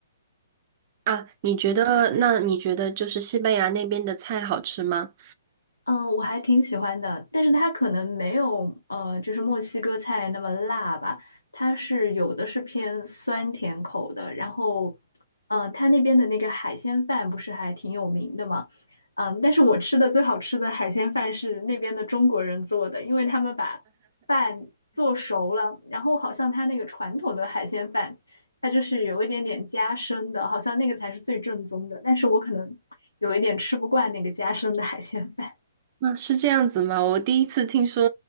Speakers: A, on the right (about 35°); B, on the left (about 80°).
A: 啊，你觉得，那你觉得就是西班牙那边的菜好吃吗？
B: 嗯，呃我还挺喜欢的，但是它可能没有呃，就是墨西哥菜那么辣吧。它是有的是偏酸甜口的，然后，呃，它那边的那个海鲜饭不是还挺有名的嘛？嗯，但是我吃的最好吃的海鲜饭是那边的中国人做的，因为他们把饭做熟了，然后好像他那个传统的海鲜饭，它就是有一点点夹生的，好像那个才是最正宗的，但是我可能有一点吃不惯那个夹生的海鲜饭。
A: 啊，是这样子吗？我第一次听说